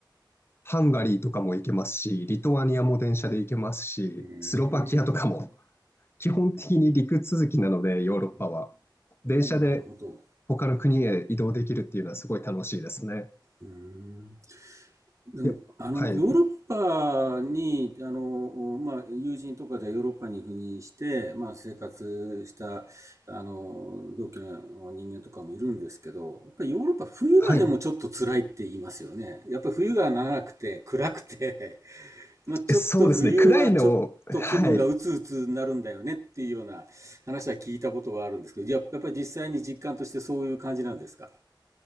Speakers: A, on the left; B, on the right.
A: ハンガリーとかも行けますし、リトアニアも電車で行けますし、
B: うーん、
A: スロバキアとかも、基本的に陸続きなので、ヨーロッパは。
B: うー
A: 電車で
B: ん、なるほど。
A: 他の国へ移動できるっていうのはすごい楽しいですね。
B: うーんでも、
A: で、
B: あの、
A: はい。
B: ヨーロッパに、あの、まあ、友人とかでヨーロッパに赴任して、まあ、生活した、あの、同期の人間とかもいるんですけど、やっぱりヨーロッパ冬はでもちょっと辛いって言いますよね。
A: はい。
B: やっぱり冬が長くて暗くて、<laughs> まあ、ちょっと冬はちょっと気分がうつうつになるんだよねっていうような話は聞いたことがあるんですけど、
A: えそうですね。暗いのを、はい。
B: ややっぱり実際に実感としてそういう感じなんですか